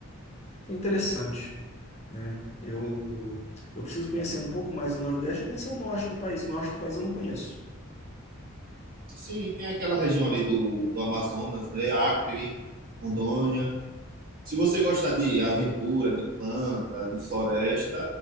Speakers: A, on the left; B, on the right.
A: foi interessante, né? Eu,
B: é.
A: eu preciso conhecer um pouco mais o Nordeste e conhecer o Norte do país. O Norte do país eu não conheço.
B: Sim, tem aquela região ali do, do Amazonas, né? Acre, Rondônia. Se você gostar de aventura, de planta, de floresta,